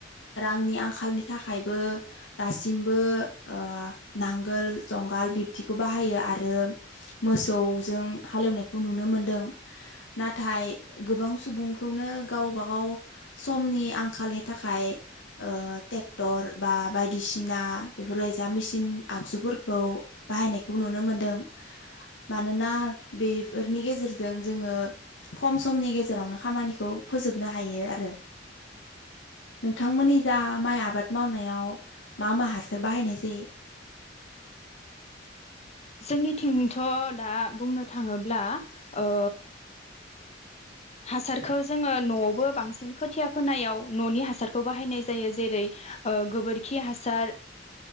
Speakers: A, on the left; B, on the left.
A: रांनि आंखालनि थाखायबो दासिमबो ओ नांगोल जंगाल बिब्दिखौ बाहायो आरो मोसौजों हालेवनायखौ नुनो मोनदों नाथाय गोबां सुबुंखौनो गावबागाव समनि आंखालनि थाखाय ओ टेक्टर बा बाय दिसिना बेफोरबायसा मिसिन आगजुफोरखौ बाहायनायखौ नुनो मोनदों मानोना बेफोरनि गेजेरजों जोङो खम समनि गेजेरावनो खामानिखौ फोजोबनो हायो आरो नोंथांमोननि जा माइ आबाद मावनायाव मा मा हासार बाहायनाय जायो
B: जोंनिथिंथ दा बुंनो थाङोब्ला ओ हासारखौ जोङो नआवबो बांसिन खोथिया फोनायाव ननि हासारखौ बाहायनाय जायो जेरै ओ गोबोरखि हासार